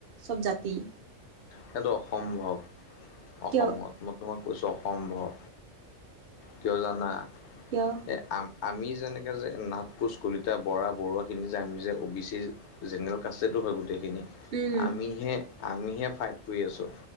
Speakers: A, on the right; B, on the left.
A: চব জাতি
B: সেইটো অসম্ভৱ অসমত।
A: কিয়
B: মই তোমাক কৈছো অসম্ভৱ। কিয় জানা?
A: কিয়
B: এই আম আমি যেনেকে যে নাথ, কোচ, কলিতা, বৰা, বৰুৱাখিনি যে আমি যে O B C general caste এ টো হয় গোটেইখিনি।
A: উম
B: আমিহে-আমিহে ফাইত কৰি আছো,